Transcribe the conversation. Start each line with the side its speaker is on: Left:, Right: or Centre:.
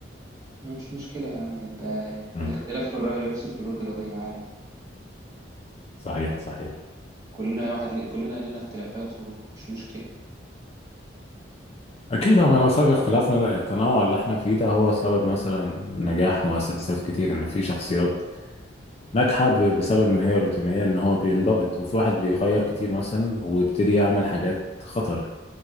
Right: مش مشكلة يا عم أنت
Left: مم.
Right: الاختلاف في الرأي لا يفسد في الود قضية عادي
Left: صحيح صحيح
Right: كلنا واحد كلنا لنا اختلافات ومش مشكلة
Left: أكيد هو لو سبب اختلافنا ده التنوع اللي احنا فيه ده هو سبب مثلا نجاح مؤسسات كتير إن في شخصيات ناجحة ب- بسبب إن هي روتينية إن هو بينضبط وفي واحد بيغير كتير مثلا ويبتدي يعمل حاجات خطر